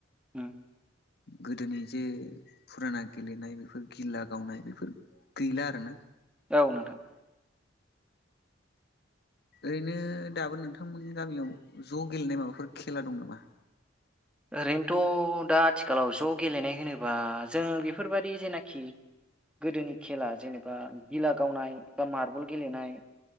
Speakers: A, in the centre; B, on the left.
A: उम
B: गोदोनि जे फुराना गेलेनाय बेफोर गिला गावनाय बेफोर गैला आरो ना
A: औ नोंथां
B: ओरैनो दाबो नोंथांमोननि गामियाव ज' गेलेनाय माबाफोर खेला दं नामा?
A: ओरैनोथ' दा आथिखालाव ज' गेलेनाय होनोबा जों बेफोरबायदि जेनाखि गोदोनि खेला जेनेबा गिला गावनाय बा मार्बल गेलेनाय